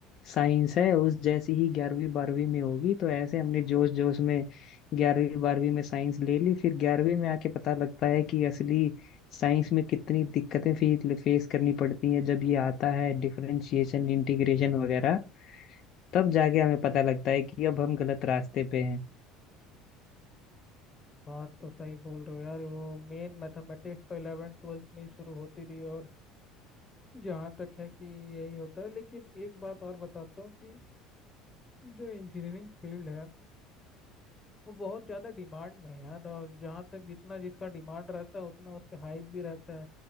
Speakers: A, on the left (about 55°); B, on the left (about 25°).
A: साइंस है उस जैसी ही ग्यारहवीं बारहवीं में होगी तो ऐसे हमने जोश जोश में ग्यारहवीं बारहवीं में साइंस ले ली फिर ग्यारहवीं में आके पता लगता है कि असली साइंस में कितनी दिक्कतें फे, फेस करनी पड़ती हैं जब ये आता है डिफरेंशिएशन इंटीग्रेशन वगैरह तब जाके हमें पता लगता है कि अब हम गलत रास्ते पे हैं
B: बात तो सही बोल रहे हो यार वो मेन मैथमेटिक्स तो 11th ट्वेल्थ में ही शुरू होती रही और जहाँ तक है कि यही होता है लेकिन एक बात और बताता हूँ कि जो इंजीनियरिंग फील्ड है वो बहुत ज़्यादा डिमांड में है यार और जहाँ तक जितना जिसका डिमांड रहता है उतना उसके हाइप भी रहता है